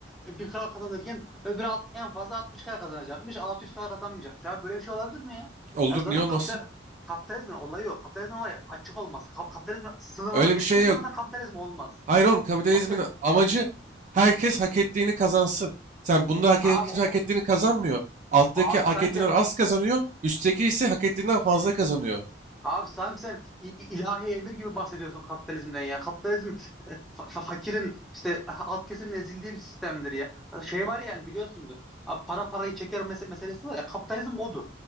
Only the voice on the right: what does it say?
Olur
niye olmasın?
Öyle
bir şey yok.
Hayır oğlum kapitalizmin
amacı herkes hak ettiğini kazansın. Sen bunda hak, kimse
hak ettiğini kazanmıyor. Alttaki
hak
ettiğinden az kazanıyor. Üstteki ise hak ettiğinden fazla
kazanıyor.